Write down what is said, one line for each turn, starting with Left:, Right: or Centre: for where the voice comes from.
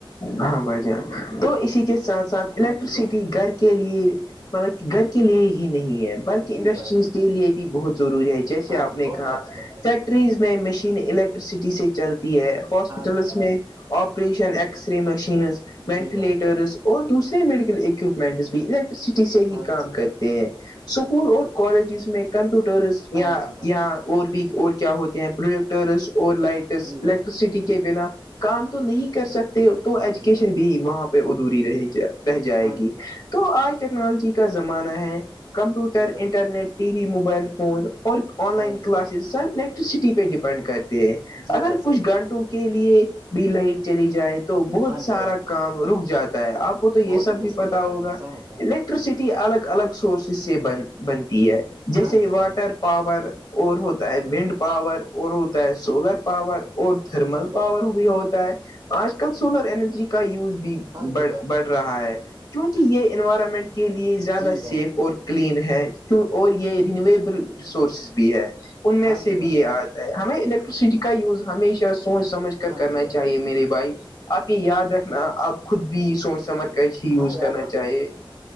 Left: ہاں بھائی جان تو
Right: ہاں
Left: اسی کے
Right: اس-
Left: ساتھ ساتھ الیکٹریسٹی
Right: ہاں جی بھائی
Left: گھر کے کے لیے مطلب گھر کے لیے ہی نہیں ہے بلکہ
Right: جی
Left: انڈسٹریز
Right: بھائی
Left: کے لیے بھی بہت ضروری ہے جیسے
Right: ہاں
Left: آپ
Right: جی
Left: نے
Right: بہت
Left: کہا
Right: ہی اچھی بات کہی
Left: فیکٹ ریز میں مشین الیکٹریسٹی سے چلتی ہے ہاسپٹلس
Right: ہاں جی بھائی
Left: میں آپریشن ایکٹ ایکسرے مشینز وینٹیلیٹرز
Right: جی بھائی
Left: اور دوسرے میڈیکل اکوپمنٹس بھی ال سٹی سے
Right: ہاں
Left: ہی کام
Right: جی
Left: کرتے
Right: بھائی
Left: ہیں اسکول اور کالجز میں کمپیوٹرس
Right: ہاں
Left: یا
Right: جی بھائی
Left: یا اور بھی اور کیا ہوتے ہیں پروڈکٹرس اور لائٹ الیکٹرسٹی
Right: جی بھائی
Left: کے بنا کام تو نہیں کر سکتے تو
Right: ہاں
Left: ایجوکیشن
Right: جی بھائی
Left: بھی وہاں ادھوری رہ رہ جائے
Right: ہاں
Left: گی
Right: جی بھائی
Left: تو آج ٹیکنالوجی کا زمانہ ہے کمپیوٹر
Right: جی بھائی
Left: internet T V mobile phone اور آن لائن
Right: ہاں
Left: کلاسز
Right: جی بھائی
Left: سب نیکٹ ٹسٹی پہ ڈیپینڈ کرتے ہیں
Right: جی
Left: اگر
Right: بھائی صحیح
Left: کچھ
Right: بولا
Left: گھنٹوں کے لیے بھی لائٹ چلی جائے تو بہت
Right: ہاں
Left: سارا
Right: جی بھائی
Left: کام رک جاتا ہے آپ کو تو یہ
Right: بہت
Left: سب
Right: ہی مشکل
Left: بھی پتا
Right: ہوتا
Left: ہوگا
Right: ہے نقصان ہوتا
Left: لیک ٹسٹی الگ الگ سورسز سے بن بنتی ہے جیسے
Right: ہاں جی
Left: واٹر
Right: بھائی
Left: پاور اور ہوتا ہے ونڈ پاور اور ہوتا ہے سولر
Right: اچ-
Left: پاور اور تھرمل
Right: جی
Left: پاور
Right: بھائی
Left: بھی ہوتا ہے آج سولر اینرجی کا یوز بھیڑ
Right: ہاں جی بھائی
Left: بڑھ رہا ہے کیونکہ یہ انوائرمنٹ کے لیے زیادہ
Right: جی
Left: سیف
Right: بھائی
Left: اور کلین ہے کی اور یہ رینویبل ریسورسز بھی ہے ان میں
Right: ہاں
Left: سے
Right: جی بھائی
Left: بھی یہ آج ہمیں الیکٹرسٹی کا یوز ہمیشہ سوچ سمجھ کر
Right: ہاں
Left: کرنا
Right: جی بھائی
Left: چاہیے میرے بھائی آپ یہ یاد رکھنا آپ خود بھی سوچ سمر کج ہی یوز
Right: ہاں یاد
Left: کرنا
Right: رکھوں
Left: چاہیے
Right: گا